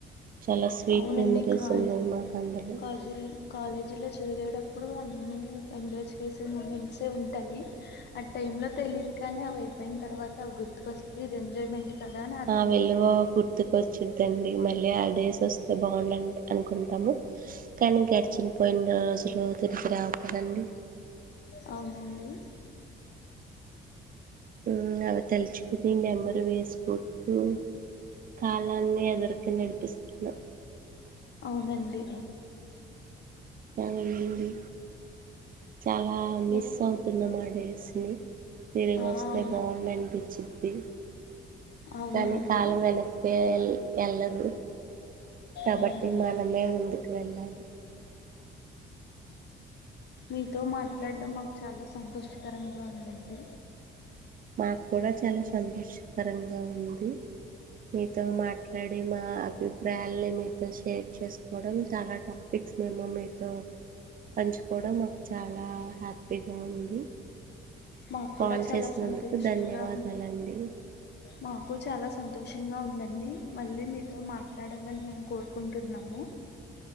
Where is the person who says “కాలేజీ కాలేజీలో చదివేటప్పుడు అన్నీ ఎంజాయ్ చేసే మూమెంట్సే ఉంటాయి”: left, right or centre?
Left